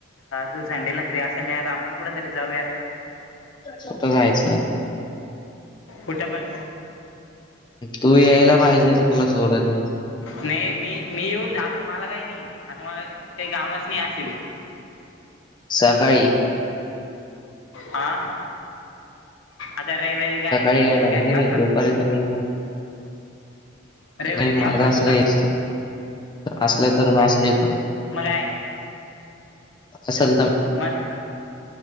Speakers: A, on the left; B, on the left.
A: तू संडेला फ्री असेल नाही यार आपण कुठ तरी जाऊयार
B: होत जायचं
A: उठपन
B: तू यायला पाहिजे रे तुला सोडत
A: नाही मी मी येऊन आता मला काही नाही आता मला काही कामच नाही असेवी
B: सकाळी
A: हा आता रविवारी काय रविवारी
B: ार आहेज
A: काय क्लास
B: ना
A: राहतो
B: दुपारी
A: थोडी
B: तर म
A: रविवारी
B: नाही
A: क्लास
B: माझा
A: राहतो
B: असं
A: तुझा
B: काही असत असलं तर मॅसेज येत
A: मग काय
B: असल तर
A: मस्